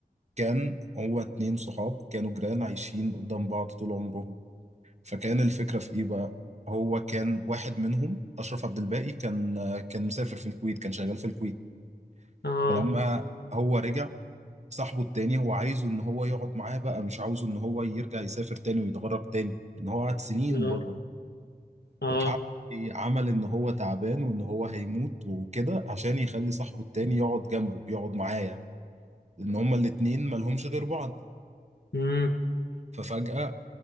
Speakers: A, on the right (about 45°); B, on the left (about 85°).
A: كان هو اتنين صحاب كانوا جيران عايشين قدام بعض طول عمرهم فكان الفكرة في إيه بقى؟ هو كان واحد منهم أشرف عبد الباقي كان كان مسافر في الكويت كان شغال في الكويت
B: اه
A: فلما هو رجع صاحبه التاني هو عايزه إن هو يقعد معاه بقى مش عاوزه إن هو يرجع يسافر تاني ويتغرب تاني إن هو قعد سنين
B: اه
A: بره
B: اه
A: راح عمل إيه؟ عمل إن هو تعبان وإن هو هيموت وكده عشان يخلي صاحبه التاني يقعد جنبه يقعد معاه يعني لأن هما الاتنين مالهمش غير بعض
B: امم
A: ففجأة